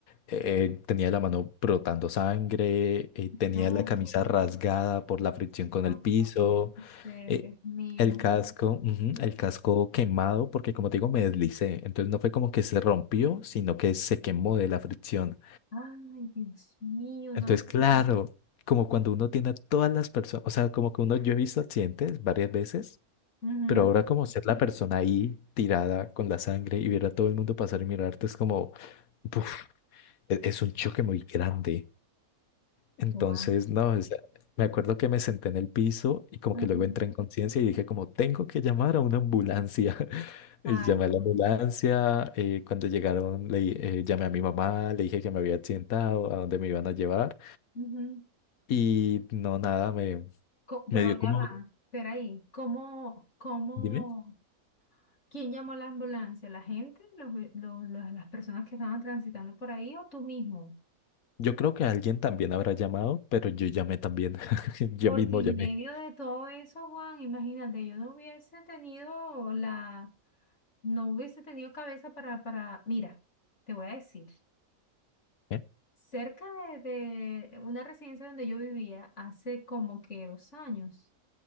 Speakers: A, on the left; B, on the left.
A: eh, tenía la mano brotando sangre, eh, tenía
B: no,
A: la camisa
B: puede
A: rasgada
B: ser,
A: por la fricción con
B: no,
A: el piso,
B: no, no puede ser,
A: eh,
B: Dios mío.
A: el casco, ujú, el casco quemado, porque como te digo, me deslicé. Entonces no fue como que se rompió, sino que se quemó de la fricción.
B: Ay, Dios mío,
A: Entonces,
B: no lo puedo
A: claro,
B: creer.
A: como cuando uno tiene a todas las personas, o sea, como que uno, yo he visto accidentes varias veces.
B: Ujú.
A: Pero ahora como ser la persona ahí tirada con la sangre y ver a todo el mundo pasar y mirarte es como, uf, e- es un choque muy grande. Entonces,
B: Guau.
A: no, o sea, me acuerdo que me senté en el piso y como
B: Ujú.
A: que luego entré en conciencia y dije como, tengo que llamar a una ambulancia. <laughs>
B: Ay,
A: Y llamé
B: Dios.
A: a la ambulancia, eh, cuando llegaron le, eh, llamé a mi mamá, le dije que me había accidentado, a dónde me iban a llevar
B: Ujú.
A: y no, nada, me,
B: Co-
A: me
B: Pero
A: dio como,
B: ya va, espera ahí, ¿cómo, cómo?
A: dime,
B: ¿Quién llamó la ambulancia? ¿La gente? ¿Los ve- los- los- las personas que estaban transitando por ahí o tú mismo?
A: yo creo que alguien también habrá llamado, pero yo llamé también, <laughs> yo
B: Porque
A: mismo
B: en
A: llamé.
B: medio de todo eso, Juan, imagínate, yo no hubiese tenido la, no hubiese tenido cabeza para, para, mira, te voy a decir,
A: ¿eh?
B: cerca de, de una residencia donde yo vivía hace como que dos años,